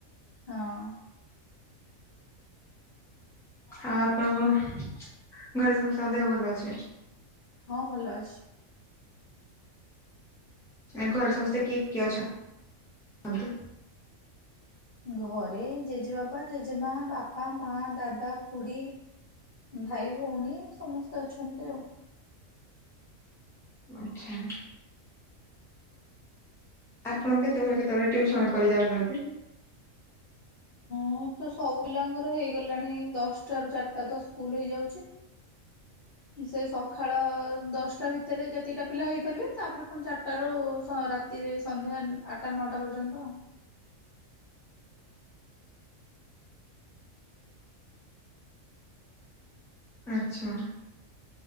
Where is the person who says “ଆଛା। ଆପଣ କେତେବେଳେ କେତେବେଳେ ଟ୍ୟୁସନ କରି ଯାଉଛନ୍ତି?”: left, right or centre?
Centre